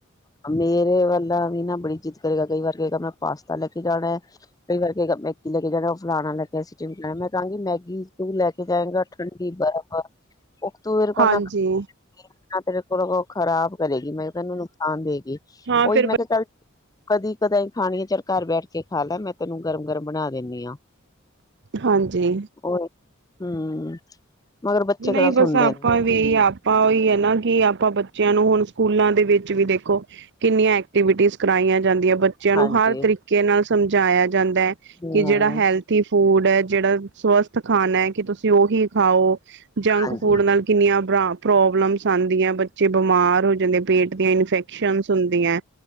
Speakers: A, on the left; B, on the right.
A: ਮੇਰੇ ਵਾਲਾ ਵੀ ਨਾ ਬੜੀ ਜਿੱਦ ਕਰੇਗਾ ਕਈ ਵਾਰ ਕਹੇਗਾ ਮੈਂ ਪਾਸਤਾ ਲੈ ਕੇ ਜਾਣਾ। ਕਈ ਵਾਰ ਕਹੇਗਾ ਮੈਗੀ ਲੈ ਕੇ ਜਾਣਾ ਉਹ ਫਲਾਣਾ ਲੈ ਕੇ ਆਇਆ ਸੀ ਢਿਮਕਾਣਾ ਲੈ ਕੇ ਮੈਂ ਕਹਾਂਗੀ ਮੈਗੀ। ਸਕੂਲ ਲੈ ਕੇ ਜਾਏਗਾ ਠੰਡੀ ਬਰਫ਼ ਉੱਤੋਂ ਮੇਰੇ ਕੋਲੋਂ
B: ਹਾਂਜੀ
A: ਨਾ ਖਾਦੀ ਜਾਂਦੀ ਆ। ਨਾ ਤੇਰੇ ਕੋਲ ਖ਼ਰਾਬ ਕਰੇਗੀ ਮੈਂ ਤੈਨੂੰ ਨੁਕਸਾਨ ਦੇਗੀ
B: ਹਾਂ
A: ਉਹੀ
B: ਫਿਰ
A: ਮੈਂ ਕਿਹਾ ਚੱਲ। ਕਦੀ ਕਦਾਈ ਖਾਣੀ ਆ ਚਲ ਘਰ ਬੈਠ ਕੇ ਖਾ ਲੈ ਮੈਂ ਤੈਨੂੰ ਗਰਮ ਗਰਮ ਬਣਾ ਦਿੰਦੀ ਹਾਂ।
B: ਹਾਂਜੀ
A: ਉਹੀ ਹਮ ਮਗਰ ਬੱਚੇ
B: ਨਹੀਂ
A: ਕਿਹੜਾ ਸੁਣਦੇ
B: ਬਸ ਆਪਾਂ
A: ਨੇ।
B: ਵੀ ਆਪਾਂ ਉਹੀ ਹੈ ਨਾ ਕਿ ਆਪਾਂ ਬੱਚਿਆਂ ਨੂੰ ਹੁਣ ਸਕੂਲਾਂ ਦੇ ਵਿੱਚ ਵੀ ਦੇਖੋ। ਇੰਨੀਆਂ ਐਕਟੀਵਿਟੀਜ਼ ਕਰਵਾਈਆਂ ਜਾਂਦੀਆਂ। ਬੱਚਿਆਂ ਨੂੰ
A: ਹਾਂਜੀ
B: ਹਰ ਤਰੀਕੇ ਨਾਲ ਸਮਝਾਇਆ ਜਾਂਦਾ ਹੈ
A: ਹਮ
B: ਕਿ ਜਿਹੜਾ ਹੈਲਥ। ਹੈਲਥੀ ਫੂਡ ਹੈ ਜਿਹੜਾ ਸਵਸਥ ਖਾਣਾ ਹੈ ਕਿ ਤੁਸੀਂ ਉਹੀ ਖਾਓ ਜੰਕ
A: ਹਾਂਜੀ
B: ਫੂਡ
A: ਹਾਂ
B: ਕਿੰਨੀਆਂ ਪ੍ਰੋਬਲਮਸ ਆਉਂਦੀਆਂ ਬੱਚੇ ਬਿਮਾਰ ਹੋ ਜਾਂਦੇ ਪੇਟ ਦੀਆਂ ਇਨਫੈਕ। ਇਨਫੈਕਸ਼ਨ ਹੁੰਦੀਆਂ।